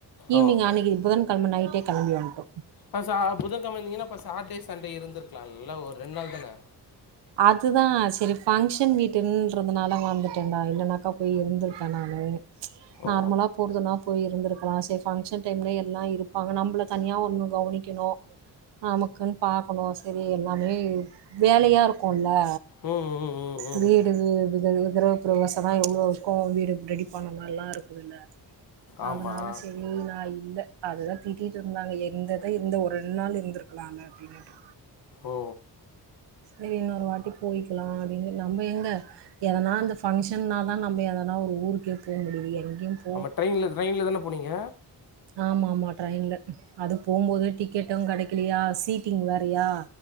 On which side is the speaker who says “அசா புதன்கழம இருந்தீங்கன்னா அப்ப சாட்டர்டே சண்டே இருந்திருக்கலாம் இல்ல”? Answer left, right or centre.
Left